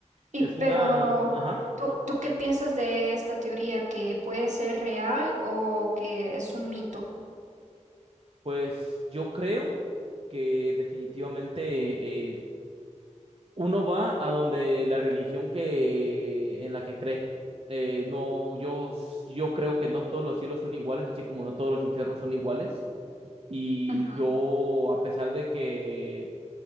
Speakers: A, on the right (about 75°); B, on the right (about 50°).
A: Y
B: Es una.
A: pero,
B: Ajá.
A: ¿tú, tú qué piensas de esta teoría? ¿Que puede ser real o que es un mito?
B: Pues yo creo que definitivamente eh, uno va a donde la religión que en la que cree. Eh, no, yo, yo creo que no todos los cielos son iguales, así como no todos los infiernos son iguales. Y
A: Ujú.
B: yo, a pesar de que